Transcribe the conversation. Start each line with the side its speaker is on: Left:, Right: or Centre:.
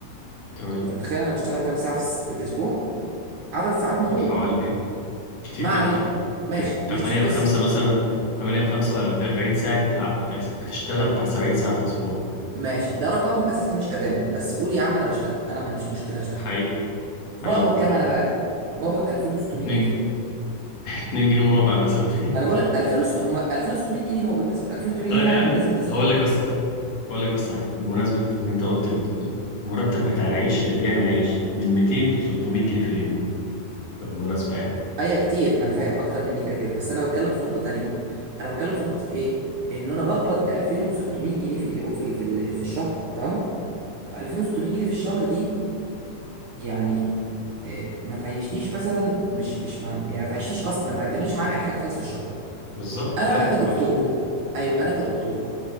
Left: تمام
Right: انت متخيل انا بشتغل كام ساعه في الس- في الاسبوع عدد ساعات مهول
Left: حوالي كتير
Right: ما
Left: جدا
Right: علينا ماشي
Left: يعني 8
Right: مش دي القصه
Left: بخمسة مثلا 8 بخمسة ده 40 ساعة انت بتشتغل بتاع 70 ساعة في الأسبوع
Right: ماشي ده رقم اساسا مش ادامي بس قول يا عم انا بشتغل انا ما عنديش مشكله اشتغل
Left: حقيقي
Right: بقبض
Left: حقيقي
Right: كام انا بقى بقبض 2600
Left: 2
Right: جنيه
Left: 2 جنيه وربع مثلا
Right: ما انا بقول لك 2600 هم 2600 جنيه هو بالنسبه
Left: <laughs>
Right: 2600
Left: طيب
Right: جنيه فعلا
Left: يا عم
Right: بالنسبه للزمن
Left: هقول لك بس هقول لك بس حاجة بمناسبة إن أنت قلت ال- المرتب بتاع العيش اللي بيعمل عيش من 200 ل 300 جنيه في اليوم بالمناسبة يعني
Right: ايوه كتير ما انا فاهم اكتر مني كده كده بس انا بتكلم في نقطه تانية انا بتكلم في نقطه ايه ان انا بقبض 2600 جنيه في اليو... في ال... في, ال... في الشهر تمام و2600 جنيه في الشهر دي يعني إيه، ما تعيشنيش مثلا مش مش مع يعني ما تعيشنيش اصلا ما تعملش معايا اي حاجه خالص في الشهر
Left: بالظبط
Right: انا
Left: عارف
Right: بقى كدكتور
Left: مفهوم
Right: ايوه انا كدكتور